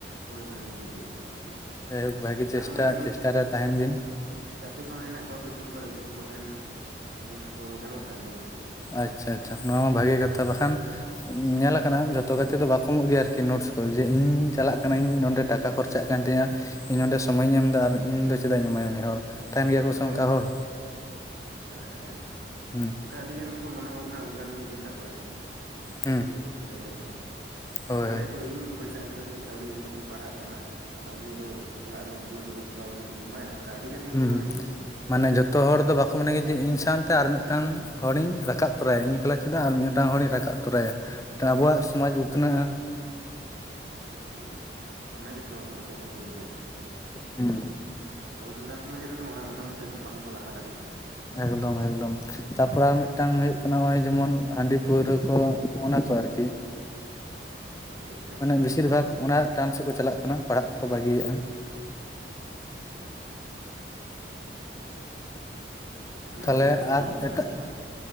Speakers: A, on the right; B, on the left.
A: ᱦᱳᱭ ᱦᱳᱭ ᱱᱤᱡᱮ ᱛᱮᱜᱮ ᱱᱤᱡᱮ ᱛᱮᱜᱮ
B: ᱡᱟᱭᱦᱳᱠ ᱵᱷᱟᱜᱤ ᱪᱮᱥᱴᱟ
A: ᱟᱨ ᱚᱱᱠᱟᱱ
B: ᱪᱮᱥᱴᱟ ᱨᱮ ᱛᱟᱦᱮᱱ ᱵᱤᱱ
A: ᱜᱟᱛᱮ ᱠᱚᱦᱚᱸ ᱦᱮᱱᱟᱜ ᱠᱚᱣᱟ ᱠᱳᱪᱤᱝ ᱠᱚᱨᱮ ᱩᱱᱠᱩ ᱠᱚ ᱴᱷᱮᱱ ᱱᱳᱴᱥ ᱠᱚ ᱧᱟᱢᱚᱜ ᱠᱟᱱ ᱜᱮᱭᱟ
B: ᱟᱪᱪᱷᱟ ᱟᱪᱪᱷᱟ ᱱᱚᱣᱟ ᱢᱟ ᱵᱷᱟᱜᱮ ᱠᱟᱛᱷᱟ ᱵᱟᱠᱷᱟᱱ ᱧᱮᱞ ᱟᱠᱟᱱᱟ ᱡᱷᱚᱛᱚ ᱜᱟᱛᱮ ᱫᱚ ᱵᱟᱠᱚ ᱮᱢᱚᱜ ᱜᱮᱭᱟ ᱟᱨᱠᱤ ᱱᱳᱴᱥ ᱠᱚ ᱡᱮ ᱤᱧ ᱪᱟᱞᱟᱜ ᱠᱟᱱᱟᱹᱧ ᱱᱚᱰᱮ ᱴᱟᱠᱟ ᱠᱷᱚᱨᱪᱟᱜ ᱠᱟᱱ ᱛᱤᱧᱟᱹ ᱤᱧ ᱚᱸᱰᱮ ᱥᱚᱢᱚᱭ ᱤᱧ ᱮᱢ ᱫᱟ ᱟᱨ ᱤᱧ ᱫᱚ ᱪᱮᱫᱟᱜ ᱤᱧ ᱮᱢᱟᱭᱟ ᱩᱱᱤ ᱦᱚᱲ ᱛᱟᱦᱮᱱ
A: ᱦᱳᱭ
B: ᱜᱮᱭᱟ ᱠᱚ
A: ᱦᱳᱭ
B: <unintelligible> ᱚᱝᱠᱟ ᱦᱚᱲ
A: ᱚᱱᱠᱟ ᱦᱮᱸ
B: ᱦᱮᱸ
A: <unintelligible> ᱟᱹᱰᱤ ᱜᱟᱱ ᱠᱚ ᱢᱚᱱᱚ ᱵᱷᱟᱵᱱᱟ ᱚᱱᱠᱟᱱ ᱜᱮᱛᱟ ᱠᱚᱣᱟ ᱟᱫᱚ
B: ᱦᱩᱸ
A: ᱪᱮᱫ ᱮᱢ ᱪᱤᱠᱟᱹ ᱫᱟᱲᱮ ᱟᱠᱚᱣᱟ
B: ᱦᱳᱭ
A: ᱢᱚᱱᱮ
B: ᱦᱳᱭ
A: ᱠᱚ ᱤᱧ ᱯᱚᱭᱥᱟ ᱮᱢ ᱠᱟᱛᱤᱧ ᱠᱟᱹᱣᱰᱤ ᱮᱢ ᱠᱟᱛᱤᱧ ᱯᱟᱲᱦᱟᱜ ᱠᱟᱱᱟ ᱟᱨ ᱩᱱᱤ ᱫᱚ ᱚᱲᱟᱜ ᱨᱮ ᱩᱫᱢᱟᱹ ᱫᱩᱲᱩᱵ ᱠᱚᱼᱟ ᱩᱱᱤ ᱠᱤᱧ ᱮᱢᱟᱭ-ᱟ ᱟᱹᱰᱤ ᱜᱟᱱ ᱜᱮᱠᱚ
B: <unintelligible>
A: ᱢᱚᱱᱮ ᱜᱮᱭᱟ
B: ᱢᱟᱱᱮ ᱡᱚᱛᱚ ᱦᱚᱲ ᱫᱚ ᱵᱟᱠᱚ ᱢᱚᱱᱮ ᱜᱮ ᱡᱮ ᱤᱧ ᱥᱟᱶᱛᱮ ᱟᱨ ᱢᱤᱫᱴᱟᱝ ᱦᱚᱲ ᱤᱧ ᱨᱟᱠᱟᱵ ᱛᱚᱨᱟ ᱭᱟ ᱤᱧ ᱮᱠᱞᱟ ᱪᱮᱫ ᱟᱜ ᱟᱨ ᱢᱤᱫ ᱴᱟᱝ ᱦᱚᱲᱤᱧ ᱨᱟᱠᱟᱵ ᱛᱚᱨᱟᱭᱟ ᱟᱵᱚᱣᱟᱜ ᱥᱚᱢᱟᱡᱽ ᱩᱛᱱᱟᱹᱜᱼᱟ
A: ᱮᱠᱫᱚᱢ ᱮᱠᱫᱚᱢ ᱚᱱᱟ ᱜᱮᱛᱚ ᱦᱚᱲ ᱠᱚ ᱵᱟᱠᱚ ᱵᱩᱡᱟ
B: <unintelligible>
A: ᱟᱵᱚ ᱥᱟᱱᱛᱟᱲ ᱥᱚᱢᱟᱡᱽ ᱨᱮᱱ <unintelligible> ᱚᱱᱟ ᱦᱚᱛᱮᱡ ᱛᱮ ᱵᱟᱝ ᱠᱚ ᱞᱟᱦᱟ ᱫᱟᱲᱮᱜ ᱠᱟᱱᱟ
B: ᱮᱠᱫᱚᱢ ᱮᱠᱫᱚᱢ ᱛᱟᱯᱚᱨ ᱟᱨ ᱢᱤᱫ ᱴᱟᱝ ᱦᱳᱭᱳᱜ ᱠᱟᱱᱟ ᱱᱚᱜᱼᱚᱭ ᱡᱮᱢᱚᱱ ᱦᱟᱹᱰᱤ ᱯᱟᱹᱣᱨᱟᱹ ᱠᱚ <unintelligible> ᱠᱚ ᱟᱨᱠᱤ
A: ᱦᱳᱭ ᱦᱳᱭ ᱮᱠᱟᱞ
B: ᱢᱟᱱᱮ
A: ᱜᱮ ᱚᱱᱟ
B: ᱵᱮᱥᱤᱨ
A: ᱠᱚ
B: ᱵᱷᱟᱜᱽ <unintelligible> ᱥᱮᱫ ᱠᱚ ᱪᱟᱞᱟᱜ ᱠᱟᱱᱟ ᱯᱟᱲᱦᱟᱜ ᱠᱚᱠᱚ ᱵᱟᱹᱜᱤᱭᱮᱜᱼᱟ
A: <unintelligible> ᱚᱱᱟ
B: ᱛᱟᱦᱚᱞᱮ
A: ᱠᱚ ᱮᱠᱟᱞ ᱜᱮ
B: ᱟᱨ
A: ᱵᱚᱱᱫᱚ ᱞᱟᱜᱟᱜ
B: ᱮᱴᱟᱜ
A: ᱠᱟᱱᱟ